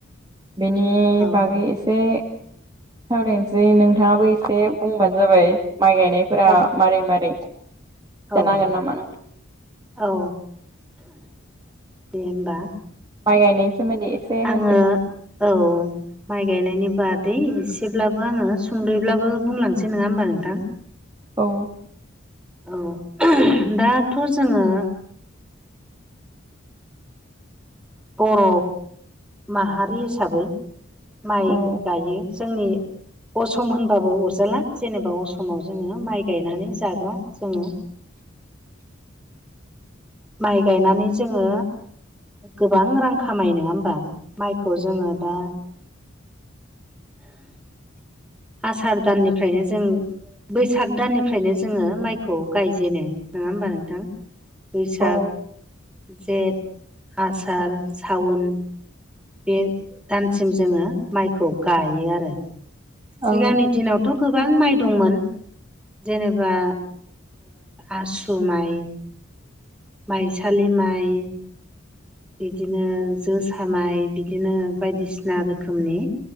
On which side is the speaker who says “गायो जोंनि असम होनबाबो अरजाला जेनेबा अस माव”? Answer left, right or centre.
Centre